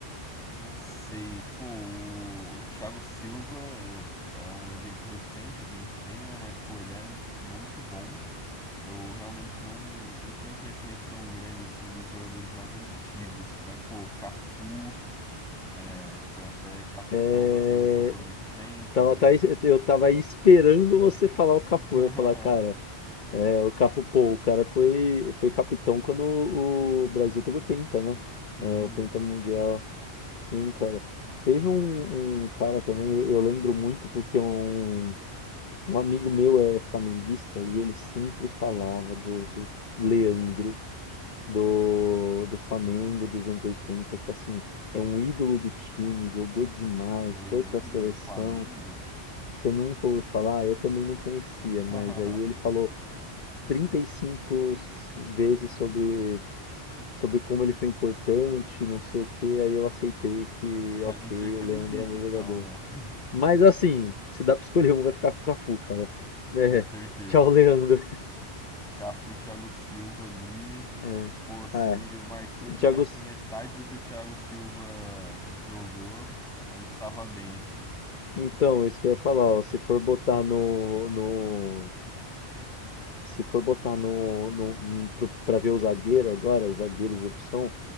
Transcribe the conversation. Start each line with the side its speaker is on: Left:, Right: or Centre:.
Centre: não sei. Pô, o Thiago Silva é um exemplo recente que a gente tem, né? Mas, pô, ele é muito bom. Eu realmente não, não tenho conhecimento tão grande assim dos jogadores mais antigos. Mas, pô, Cafu. é, que foi até capitão
Left: é,
Centre: da seleção por muito tempo,
Left: tava,
Centre: né?
Left: tá- eu tava aí esperando você falar o Cafu.
Centre: <laughs>
Left: Eu ia falar, cara, é, o Cafu, pô, o cara foi, foi capitão quando o o Brasil teve o Penta, né?
Centre: Sim,
Left: É, o Penta Mundial. Sim, cara. Teve um, um cara também, eu, eu lembro muito porque um, um amigo meu é flamenguista e ele sempre falava do, do Leandro, do, do Flamengo dos anos 80 que assim, é um ídolo do time, jogou demais,
Centre: Leandro
Left: foi pra seleção.
Centre: do Flamengo?
Left: Você nunca ouviu falar? Eu também não conhecia,
Centre: <laughs>
Left: mas aí ele falou 35 vezes sobre sobre como ele foi importante, não sei o que aí eu aceitei que,
Centre: A
Left: ok,
Centre: gente acredita
Left: o Leandro é um bom
Centre: então,
Left: jogador.
Centre: né? <laughs>
Left: Mas assim, se dá pra escolher um, vai ficar com o Cafu, cara. É.
Centre: Com certeza.
Left: Tchau, Leandro.
Centre: Cafu, Thiago Silva ali.
Left: É.
Centre: Pô, se
Left: É.
Centre: o Marquinhos jogasse
Left: Thiago, S-
Centre: metade do que o Thiago Silva jogou, a gente tava bem.
Left: então, isso que eu ia falar, ó, se for botar no, no, se for botar no, no n- pro- pra ver o zagueiro agora, os zagueiros de opção,